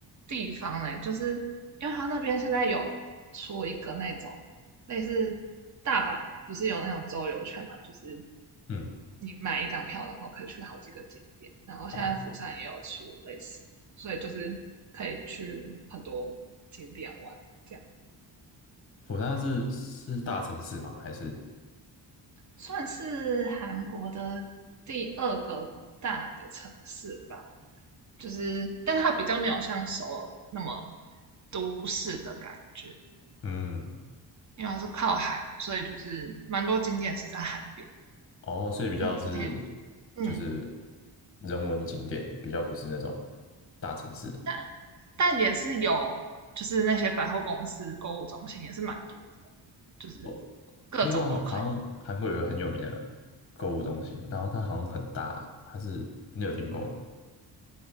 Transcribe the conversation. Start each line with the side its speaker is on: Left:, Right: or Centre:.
Right: 地方呢，就是因为他那边现在有出一个那种类似大阪，不是有那种周游券嘛，就是
Left: 嗯，
Right: 你买一张票，然后可以去好几个景点。然后现在釜山也有出类似的，
Left: 哦，
Right: 所以就是可以去很多景点玩。这样。
Left: 釜山是是大城市吗？还是
Right: 算是韩国的第二个大的城市吧，就是，但它比较没有像首尔那么都市的感觉，
Left: 嗯，
Right: 因为它是靠海的，所以就是蛮多景点是在海边。
Left: 哦，所以比较是
Right: 嗯，之前有，嗯，
Left: 就是人文景点，比较不是那种大城市。
Right: 但但也是有，就是那些百货公司、购物中心也是蛮多的，就是
Left: 我
Right: 各种都可以。
Left: 听说好好像韩国有个很有名的购物中心，然后它好像很大，还是你有听过吗？